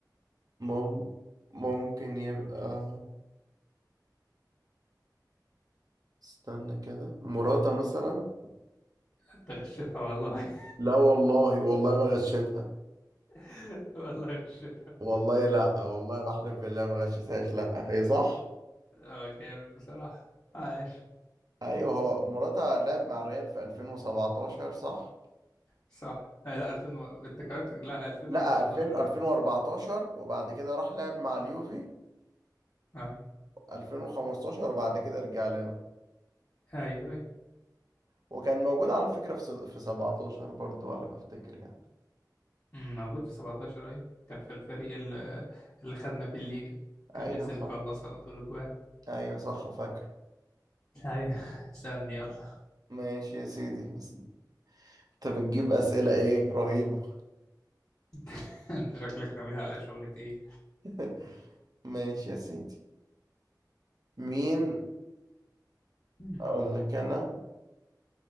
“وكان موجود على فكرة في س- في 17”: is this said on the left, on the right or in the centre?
Right